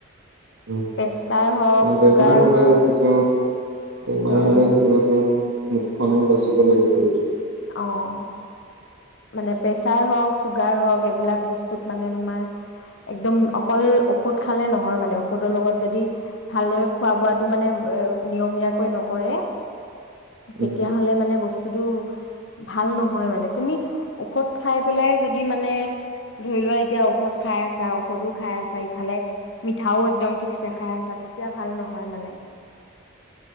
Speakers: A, on the right; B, on the left.
A: উম,
B: প্ৰেছাৰ হওঁক চুগাৰ
A: বেমাৰ হ'লে
B: হওঁক
A: হেইটোটো আৰু বেমাৰ
B: উম,
A: হ'লে হেইটোটো মূখখন বাচিব লাগিবটো।
B: অহ' মানে প্ৰেচাৰ হক চোগাৰ হক এই বিলাক বস্তত মানে তোমাৰ একদম অকল ঔষধ খালে নহয় মানে ঔষধৰ লগত যাদি ভালদৰে খোৱাটো মানে নিয়মীয়াকৈ নকৰে
A: উম
B: তেতিয়া হ'লে মানে বস্ত কিতু! ভাল নহয় মানে তুমি ঔষধ খাই পেলাই যদি মানে ধৰিলোৱা এতিয়া ঔষধ খাই আছা, ঔষধও খাই আছা, ইফালে মিঠাও একদম ঠিকছে খাই আছা, তেতিয়া ভাল নহয় মানে।